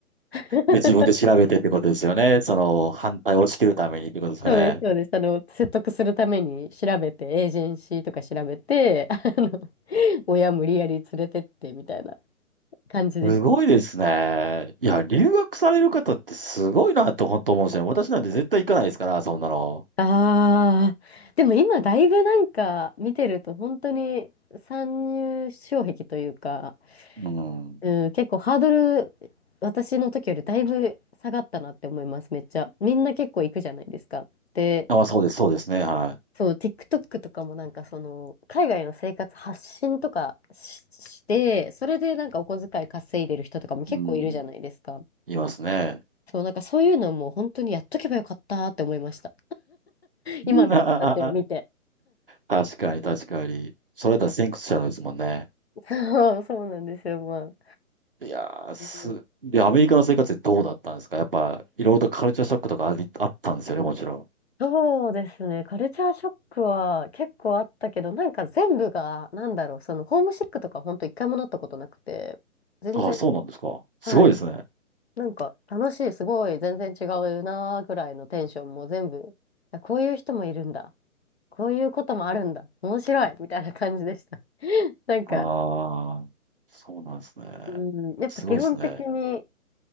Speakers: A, on the left; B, on the right.
A: <laughs>
B: で、自分で調べてってことですよね。その、反対を押し切るためにってことですよね。
A: そうです、そうです。あの、説得するために調べて、エージェンシーとか調べて、あの、親無理やり連れてってみたいな感じでした。
B: すごいですね。いや、留学される方ってすごいなと本当思うんですよ。私なんて絶対行かないですから、そんなの。
A: ああ、でも今だいぶなんか見てると本当に参入障壁というか、
B: うん。
A: うん、結構ハードル、私の時よりだいぶ下がったなって思います、めっちゃ。みんな結構行くじゃないですか。で、
B: あ、まあそうです、そうですね。は
A: そう、TikTok とかもなんかその、海外の生活発信とかし、して、それでなんかお小遣い稼いでる人とかも結構いるじゃないですか。
B: い。うん。いますね。
A: そう、なんかそういうのも本当にやっとけばよかったって思いました。
B: <laughs>
A: 今の人たちを見て。
B: 確かに、確かに。それだったら先駆者ですもんね。
A: そう、そうなんですよ、まあ。
B: いやー、す、
A: うん
B: で、アメリカの生活ってどうだったんですかやっぱ、いろいろとカルチャーショックとかあり、あったんですよね、もちろん。
A: そうですね。カルチャーショックは結構あったけど、なんか全部が、なんだろう、その、ホームシックとか本当一回もなったことなくて、全然、
B: ああ、そうなんですか。すごいですね。
A: はい。なんか楽しい、すごい、全然違うなーぐらいのテンションも全部、あこういう人もいるんだ。こういうこともあるんだ。面白いみたいな感じでした。<laughs> なんか、
B: ああ、そうなんですね。
A: うん、やっぱ基本的に、
B: すごいですね。